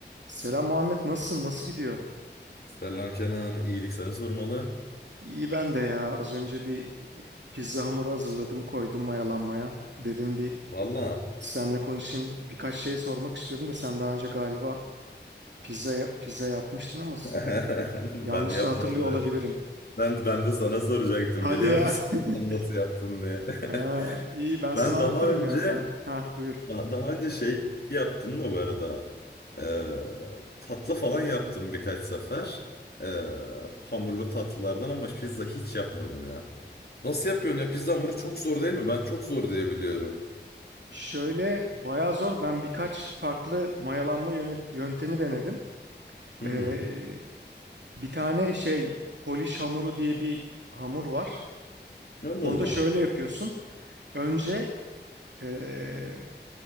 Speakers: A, on the right; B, on the left.
A: Selam Muhammed nasılsın? Nasıl gidiyor?
B: Selam Kenan, iyilik seni sormalı.
A: İyi ben de ya. Az önce bir e, pizza hamuru hazırladım, koydum mayalanmaya. Dedim bir
B: Valla
A: seninle konuşayım. Birkaç şey sormak istiyorum da sen daha önce galiba pizza ya- pizza yapmıştın ama
B: <laughs>
A: s- yanlış
B: ben yapmadım.
A: da hatırlıyor olabilirim.
B: Ben ben de sana soracaktım
A: Hadi
B: biliyor
A: ya.
B: musun?
A: <laughs>
B: <laughs> Sen nasıl yaptın diye.
A: Ha,
B: <laughs>
A: iyi ben sana
B: Ben
A: anlatırım
B: daha önce
A: ya ben. Ha buyur.
B: daha, daha önce şey yaptım da bu arada. Ee, tatlı falan yaptım birkaç sefer. Ee, hamurlu tatlılardan ama pizza hiç yapmadım ya. Nasıl yapıyorsun ya? Pizza hamuru çok zor değil mi? Ben çok zor diye biliyorum.
A: Şöyle bayağı zor. Ben birkaç farklı mayalanma yönet- yöntemi denedim.
B: Hı
A: Ee,
B: hı.
A: bir tane şey Polish hamuru diye bir hamur var.
B: Allah
A: Onu
B: Allah.
A: da şöyle yapıyorsun. Önce eee,